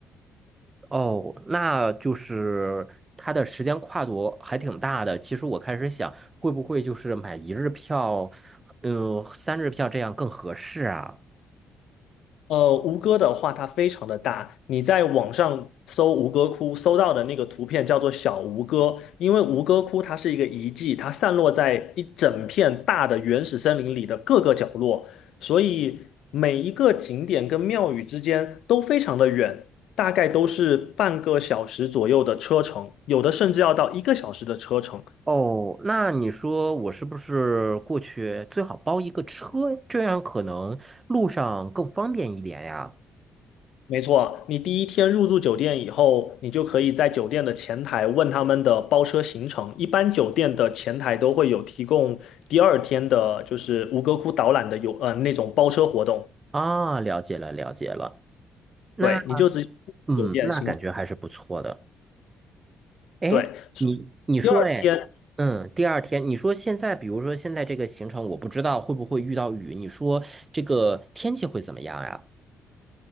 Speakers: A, on the right (about 25°); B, on the left (about 75°).
A: 哦，那就是它的时间跨度还挺大的。其实我开始想，会不会就是买一日票，嗯、三日票这样更合适啊？
B: 呃，吴哥的话，它非常的大。你在网上搜吴哥窟，搜到的那个图片叫做小吴哥，因为吴哥窟它是一个遗迹，它散落在一整片大的原始森林里的各个角落，所以每一个景点跟庙宇之间都非常的远，大概都是半个小时左右的车程，有的甚至要到一个小时的车程。
A: 哦，那你说我是不是过去最好包一个车，这样可能路上更方便一点呀？
B: 没错，你第一天入住酒店以后，你就可以在酒店的前台问他们的包车行程。一般酒店的前台都会有提供第二天的，就是吴哥窟导览的有呃那种包车活动。
A: 啊，了解了，了解了。那
B: 对，你就直接去酒店行。
A: 嗯，那感觉还是不错的。哎，
B: 对，
A: 你你说，
B: 第二天
A: 哎，嗯，第二天，你说现在，比如说现在这个行程，我不知道会不会遇到雨，你说这个天气会怎么样呀？